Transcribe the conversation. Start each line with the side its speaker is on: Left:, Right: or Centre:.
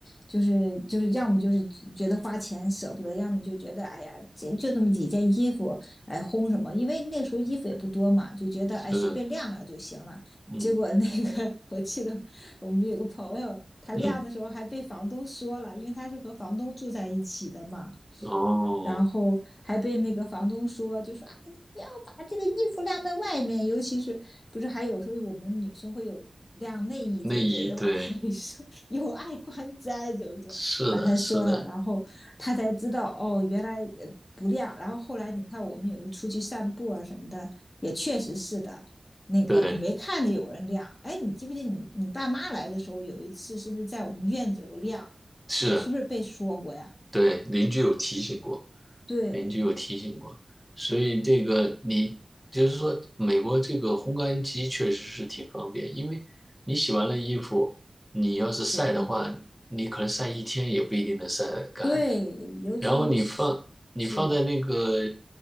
Left: 就是就是，要么就是觉得花钱舍不得，要么就觉得哎呀，这就那么几件衣服，哎，烘什么？因为那时候衣服也不多嘛，就觉得哎，
Centre: 是，
Left: 随便晾晾就行了。
Centre: 嗯
Left: 结果那个 <laughs>，我记得我们有个朋友，他晾的时候还被房东说了，
Centre: 嗯，
Left: 因为他是和房东住在一起的嘛，
Centre: 哦，
Left: 然后还被那个房东说，就说啊，你不要把这个衣服晾在外面，尤其是不是还有时候我们女生会有晾内衣这一类的吧？
Centre: 内衣，对，
Left: <laughs> 他也说有碍观瞻，怎么怎么把他说了，
Centre: 是的，是的，
Left: 然后他才知道哦，原来呃不晾。然后后来你看，我们有时候出去散步啊什么的，也确实是的。那个你没看见有人晾，
Centre: 对，
Left: 哎，你记不记你你爸妈来的时候有一次是不是在我们院子里头晾，
Centre: 是的。
Left: 也是不是被说过呀？
Centre: 对，邻居有提醒过，
Left: 对
Centre: 邻居有提醒过，所以这个你就是说，美国这个烘干机确实是挺方便，因为你洗完了衣服，你要是晒的话，
Left: 对。
Centre: 你可能晒一天也不一定能晒得干，
Left: 对，尤其是是，
Centre: 然后你放你放在那个